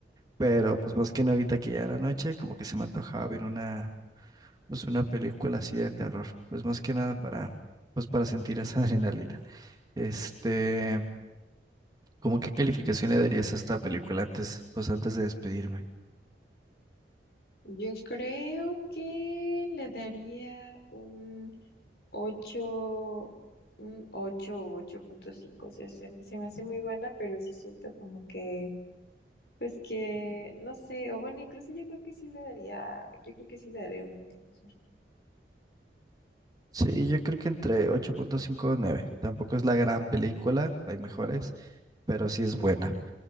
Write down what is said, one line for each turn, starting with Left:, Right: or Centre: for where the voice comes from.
Right: Pero pues más que nada ahorita que ya era noche, como que se me antojaba ver una, pues una película así de terror. Pues más que nada para, pues para sentir esa <laughs> adrenalina. Este, ¿cómo qué calificación le darías a esta película antes, pues antes de despedirme?
Left: Yo creo que le daría un 8, 8 o ocho punto cinco, o sea, se, me se me hace muy buena, pero sí siento como que, pues que, no sé, o bueno, incluso yo creo que sí le daría, yo creo que sí le daría un 9, mejor.
Right: Sí, yo creo que entre 8.5 o nueve Tampoco es la gran película, hay mejores, pero sí es buena.